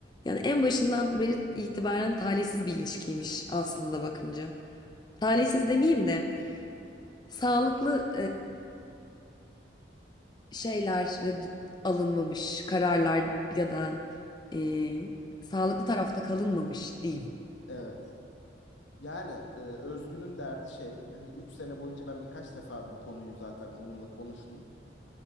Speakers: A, on the left; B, on the left.
A: Yani en başından beri itibaren talihsiz bir ilişkiymiş aslında bakınca. Talihsiz demeyeyim de sağlıklı şeyler e, d- alınmamış kararlar ya da e, sağlıklı tarafta kalınmamış diyeyim.
B: Evet. Yani e, Özgün'ün derdi şey hani 3 sene boyunca ben birkaç defa bu konuyu zaten onunla konuştum.